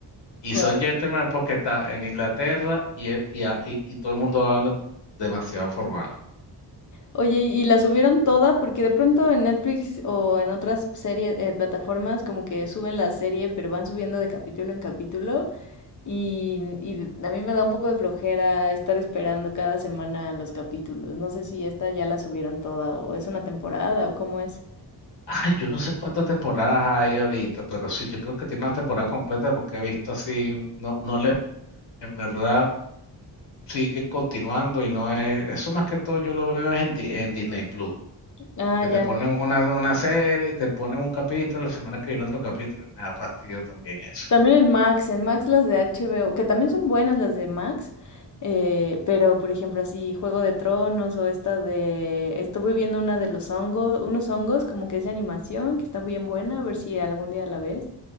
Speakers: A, on the left; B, on the left.
A: Y
B: Guau.
A: son gentlemen porque está en Inglaterra y, y, y y todo el mundo habla demasiado formal.
B: Oye, ¿y la subieron toda? Porque de pronto en Netflix o en otras series, eh, plataformas, como que suben la serie, pero van subiendo de capítulo en capítulo. Y, y a mí me da un poco de flojera estar esperando cada semana los capítulos. No sé si esta ya la subieron toda o es una temporada o cómo es.
A: Ay, yo no sé cuántas temporadas hay ahorita, pero sí, yo creo que tiene una temporada completa porque he visto así, no, no le, en verdad sigue continuando y no es, eso más que todo yo lo veo es en, Di- en Disney Plus,
B: Ah,
A: que
B: ya.
A: te ponen una, una serie, te ponen un capítulo, la semana que viene otro capítulo, me da fastidio también eso.
B: También en Max, en Max las de HBO, que también son buenas las de Max, eh, pero por ejemplo así Juego de Tronos o esta de... Estuve viendo una de los hongos, unos hongos como que es de animación, que está bien buena, a ver si algún día la ves.